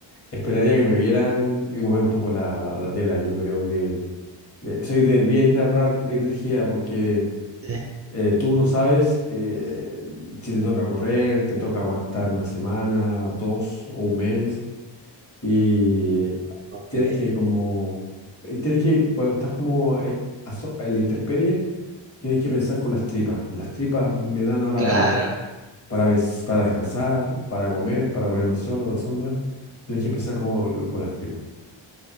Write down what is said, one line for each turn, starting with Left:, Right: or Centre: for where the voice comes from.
Left: esperaría que me vieran y mover un poco la, la- la tela. Yo creo que eh, soy de, bien de ahorrar energía porque...
Right: Sí,
Left: eh, tú no sabes que si te toca correr, te toca aguantar una semana, dos o un mes, y
Right: Ok,
Left: tienes que como, y tienes que, cuando estás como eh, a so- en la intemperie, tienes que pensar con las tripas. Las tripas me dan ahora
Right: claro.
Left: para, co- para, pens- para descansar, para comer, para ponerme al sol, a la sombra. Tienes que pensar como, con las tripas.